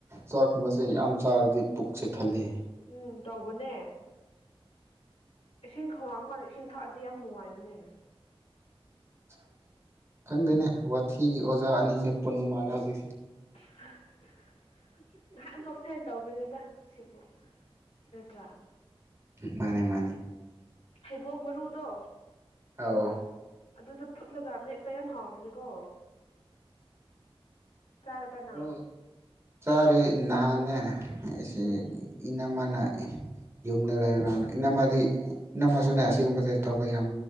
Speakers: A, on the right; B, on the left.
A: ꯆꯥꯛꯀꯨꯝꯕꯁꯦ ꯌꯥꯝ ꯆꯥꯔꯗꯤ ꯄꯨꯛꯁꯦ ꯊꯜꯂꯦ
B: ꯎꯝ ꯇꯧꯕꯅꯦ ꯏꯁꯤꯡ ꯈꯧꯔꯥꯡꯕꯀꯥꯟꯗ ꯏꯁꯤꯡ ꯊꯛꯑꯗꯤ ꯌꯥꯝ ꯅꯨꯡꯉꯥꯏꯕꯅꯦ
A: <inaudible> ꯈꯪꯗꯦꯅꯦ ꯋꯥꯊꯤꯒꯤ ꯑꯣꯖꯥ ꯑꯅꯤꯁꯦ ꯄꯨꯟꯕꯃꯥꯜꯂꯦ ꯍꯧꯖꯤꯛꯁꯦ
B: ꯍ <inaudible> ꯉꯥꯏꯍꯥꯛ ꯅꯣꯛꯁꯦꯅ ꯇꯧꯕꯅꯤꯗ ꯁꯤꯕꯨ ꯅꯠꯇ꯭ꯔꯥ
A: ꯃꯥꯅꯦ ꯃꯥꯅꯦ
B: ꯊꯩꯕꯣꯡ ꯃꯔꯨꯗꯣ
A: ꯑ
B: ꯑꯗꯨꯗꯣ ꯐꯨꯠꯂꯒ ꯃꯦꯠꯄ ꯌꯥꯝ ꯍꯥꯎꯕꯅꯤꯀꯣ ꯆꯥꯔꯕ ꯅꯪ
A: ꯑꯣ ꯆꯥꯔꯦ ꯅꯍꯥꯟꯅꯦ ꯑꯩꯁꯦ
B: ꯎꯝ
A: ꯏꯅꯝꯃꯅ ꯌꯨꯝꯗ ꯂꯩꯔꯀꯥꯟꯗ ꯏꯅꯝꯃꯗꯤ ꯏꯅꯝꯃꯁꯨꯅꯦ ꯑꯁꯤꯒꯨꯝꯕꯁ ꯇꯧꯕ ꯌꯥꯝ